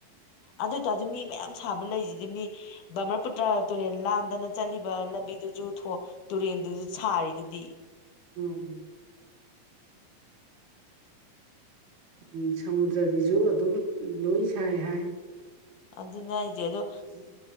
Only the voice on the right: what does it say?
ꯎꯝ ꯎ ꯁꯃꯨꯗ꯭ꯔꯒꯤꯁꯨ ꯑꯗꯨꯝ ꯂꯣꯏ ꯁꯥꯏ ꯍꯥꯏ
ꯎꯝ